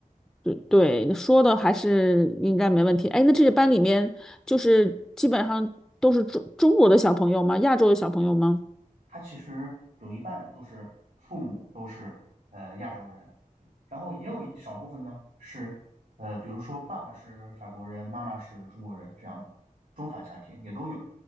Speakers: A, in the centre; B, on the right.
A: 对对，说的还是应该没问题。哎，那这个班里面就是基本上都是中中国的小朋友吗？亚洲的小朋友吗？
B: 他其实有一半都是父母都是呃亚洲人。然后也有一少部分呢是，呃，比如说爸爸是法国人，妈妈是中国人这样的中法家庭也都有，